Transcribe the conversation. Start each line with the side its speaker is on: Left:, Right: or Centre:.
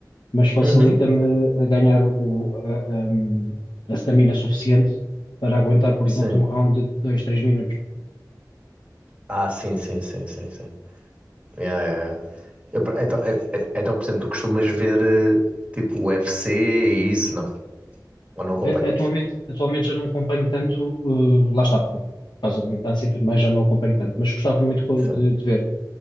Left: mas facilita-me
Right: Eh, Uhum,
Left: a ganhar o, a, um, a stamina suficiente para aguentar, por
Right: sim.
Left: exemplo, um round de 2 3 minutos.
Right: Ah, sim, sim, sim, sim, sim. Yeah, yeah, yeah. Eu, então, é- é- então, por exemplo, tu costumas ver eh, tipo UFC e isso, não? Ou não acompanhas?
Left: A- Atualmente, atualmente já não acompanho tanto, uh, lá está, por causa da mudança e tudo mais, já não acompanho tanto, mas gostava muito co-
Right: Sim.
Left: de, de ver.